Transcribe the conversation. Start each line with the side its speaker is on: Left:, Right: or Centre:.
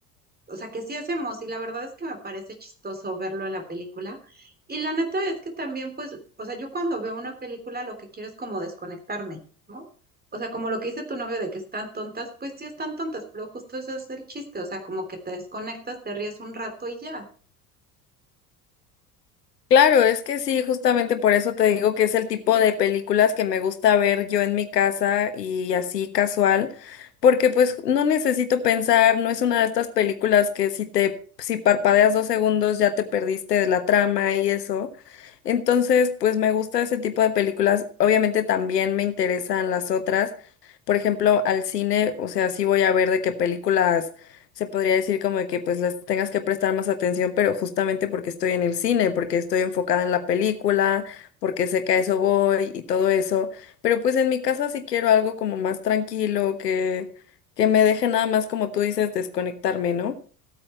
Right: o sea, que sí hacemos, y la verdad es que me parece chistoso verlo en la película. Y la neta es que también, pues, o sea, yo cuando veo una película lo que quiero es como desconectarme, ¿no? O sea, como lo que dice tu novio de que están tontas, pues sí están tontas, pero justo eso es el chiste, o sea, como que te desconectas, te ríes un rato y ya.
Left: Claro, es que sí, justamente por eso te digo que es el tipo de películas que me gusta ver yo en mi casa y así casual, porque pues no necesito pensar, no es una de estas películas que si te, si parpadeas dos segundos ya te perdiste de la trama y eso. Entonces, pues me gusta ese tipo de películas. Obviamente también me interesan las otras. Por ejemplo, al cine, o sea, sí voy a ver de qué películas se podría decir como que pues les tengas que prestar más atención, pero justamente porque estoy en el cine, porque estoy enfocada en la película, porque sé que a eso voy y todo eso. Pero pues en mi casa sí quiero algo como más tranquilo, que, que me deje nada más como tú dices, desconectarme, ¿no?